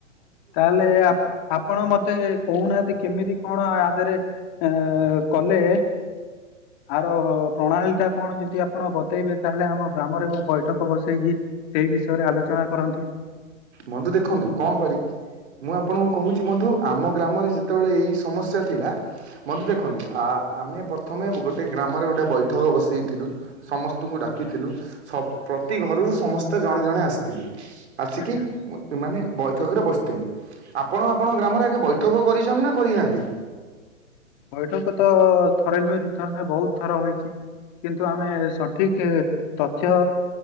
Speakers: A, on the left (about 35°); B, on the right (about 55°).
A: ତାହେଲେ ଆପ-ଆପଣ ମତେ କହୁନାହାନ୍ତି କେମିତି କଣ ଆ ଆ ଧିଅରେ ଅଁ କଲେ ଆର ପ୍ରଣାଳୀ ଟା କଣ ଯଦି ଆପଣ ବତେଇବେ ତାହେଲେ ଆମ ଗ୍ରାମରେ ମୁଁ ବୈଠକ ବସେଇକି ସେଇ ବିଷୟରେ ଆଲୋଚନା କରନ୍ତି।
B: ବନ୍ଧୁ ଦେଖନ୍ତୁ କଣ କରିକି ମୁଁ ଆପଣଙ୍କୁ କହୁଚି ବନ୍ଧୁ ଆମ ଗ୍ରାମରେ ଯେତେବେଳେ ଏଇ ସମସ୍ୟା ଥିଲା ବନ୍ଧୁ ଦେଖନ୍ତୁ
A: ଆଚ୍ଛା
B: ଆ-ଆ-ଆମେ ପ୍ରଥମେ ଗୋ ଟେ ଗ୍ରାମରେ ଗୋଟେ ବୈଠକ ବସେଇଥିଲୁ। ସମସ୍ତଙ୍କୁ ଡାକିଥିଲୁ। ସବ ପ୍ରତି ଘରୁରୁ ସମସ୍ତେ ଜଣେ ଜଣେ ଆସିଥିଲେ ଆସିକି
A: ଆଚ୍ଛା।
B: ମାନେ ବୈଠକ ରେ ବସିଥିଲେ। ଆପଣ ଆପଣଙ୍କ ଗ୍ରାମରେ ଆଗେ ବୈଠକ କରିଛନ୍ତି ନା କରିନାହାନ୍ତି।
A: ବୈଠକ ତ ଥରେ ନୁହେଁ ଦୁଇ ଥର ନୁହେଁ ବହୁତ ଥର ହୋଇଛି। କିନ୍ତୁ ଆମେ ସଠିକ ତଥ୍ୟ